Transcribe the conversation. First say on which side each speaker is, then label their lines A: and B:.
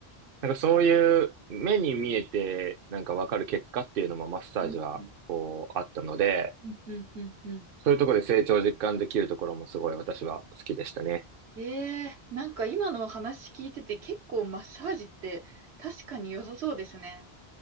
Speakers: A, on the right (about 60°); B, on the right (about 90°).
A: なんかそういう目に見えてなんかわかる結果っていうのもマッサージはこうあったので、
B: うん、うん、うん、うん、うん。
A: そういうところで成長実感できるところもすごい私は好きでしたね。
B: ええー、なんか今の話聞いてて結構マッサージって確かに良さそうですね。